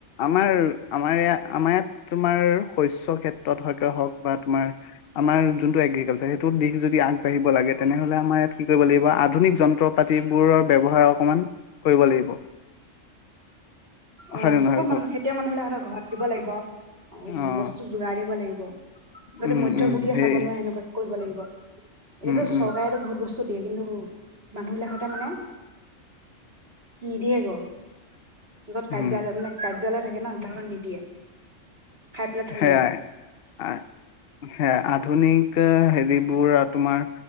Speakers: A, on the left (about 55°); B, on the right (about 50°).
A: আমাৰ-আমাৰ ইয়াত-আমাৰ-ইয়াত তোমাৰ শস্য ক্ষেত্ৰত। হক বা তোমাৰ আমাৰ যোনটো এগ্ৰিকাৰ সেইটো দিশ যদি আগবাঢ়িব লাগে তেনেহলে আমাৰ ইয়াত কি কৰিব লাগিব আধুনিক যন্ত্ৰ পাতিবোৰৰ ব্যয়ৱহাৰ অকণমান কৰিব লাগিব।
B: অ
A: হয় নে
B: চবৰ
A: নহয়
B: মানুহ
A: কওক?
B: খেতিয়ক মানুহ বিলাক এটা ঘৰত দিব লাগিব। অ'
A: অ',
B: বস্তু যোগাৰ দিব লাগিব যাতে
A: উম,
B: মধ্যভোগীয়ে
A: উম, সেই
B: খাব নোৱাৰে সেনেকা। কৰিব লাগিব। এতিয়াটো
A: উম, উম,
B: চৰকাৰেটো বহুত বস্তু। দিয়ে কিন্তু মানুহ বিলাকতে মানে নিদিয়ে গৈ। য'ত
A: উম,
B: কাৰ্য্যালয় মানে। <unintelligible> কাৰ্য্যালয় থাকে ন <unintelligible> নিদিয়ে। খাই পেলাই থৈ
A: সেয়াই
B: দিয়ে
A: আ- আ আধুনিক। হেৰিবোৰ তোমাৰ